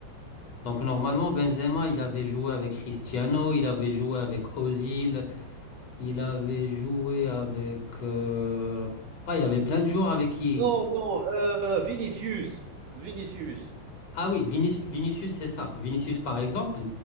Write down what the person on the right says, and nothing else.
Non, non, heu, Vinicius. Vinicius.